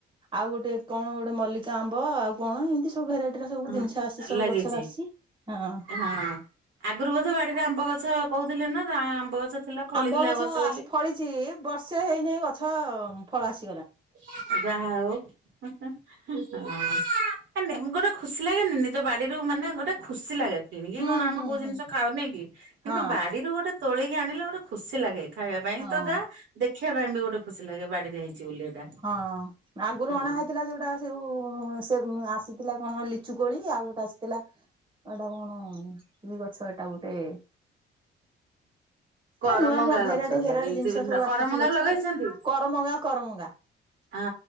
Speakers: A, on the right; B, on the right.
A: ଆଉ ଗୋଟେ କଣ ଗୋଟେ ମଲ୍ଲିକା ଆମ୍ବ ଆଉ କଣ ଏମତି ସବୁ। ସବୁ ଭେରାଇଟିର ସବୁ
B: ହଁ
A: ଜିନିଷ ଆସି ସବୁ
B: ଲାଗିଛି।
A: ଗଛର ଆସିଚି ହଁ।
B: ହଁ। ଆଗରୁ ବୋଧେ ବାଡିରେ ଆମ୍ବ ଗଛ କହୁଥିଲେ ନା ଆ ଆମ୍ବ ଗଛ। ଥିଲା ଫଳିଥିଲା
A: ଆମ୍ବ ଗଛ
B: ଏ ବର୍ଷ
A: ଆସ
B: ବୋଲି।
A: ଫଳିଛି ବର୍ଷେ ହେଇନେଇ ଗଛ ଫଳ ଆସ
B: <unintelligible> ଯାହା ହଉ ହି ହି <unintelligible> ମାନେ ଗୋଟେ ଖୁସି ଲାଗେନି ନିଜ ବାଡିରୁ ମାନେ ଗୋଟେ ଖୁସି ଲାଗେ। କିଣିକି
A: ହୁଁ
B: କଣ ଆମେ
A: ହୁଁ
B: କଉ ଜିନିଷ
A: ହୁଁ
B: ଖାଉନେକି। କିନ୍ତୁ
A: ହଁ
B: ବାଡିରୁ ଗୋଟେ ତୋଳିକି ଆଣିଲେ ଗୋଟେ ଖୁସି ଲାଗେ। ଖାଇବା ପାଇଁ
A: ହଁ
B: ତ ଯା, ଦେଖିବା ପାଇଁ ବି ଗୋଟେ ଖୁସି ଲାଗେ ବାଡିରେ ହେଇଛି ବୋଲି। ଏଇଟା।
A: ହଁ ଆଗରୁ
B: ହଁ
A: ଅଣା ହେଇଥିଲା ଯୋଉଟା ସେଉ ସେ ଆସ ଆସିଥିଲା କଣ ଲିଚୁ କୋଳି ଆଉ ଗୋଟେ ଆସିଥିଲା ଏଟା କଣ ହଁ କି ଗଛ ଏଟା ଗୋଟେ।
B: <inaudible> କରମଙ୍ଗା
A: ଏ ନୂଆ ନୂଆ ଭେରାଇଟି
B: ଗଛ
A: ଭେରାଇଟି
B: ଲଗେଇଥିବ।
A: ଜିନିଷ ସବୁ
B: କରମଙ୍ଗା
A: ଆସୁଛି ଗଛ
B: ଲଗେଇଛନ୍ତି?
A: ଆଉ। କରମଙ୍ଗା କରମଙ୍ଗା
B: ହଁ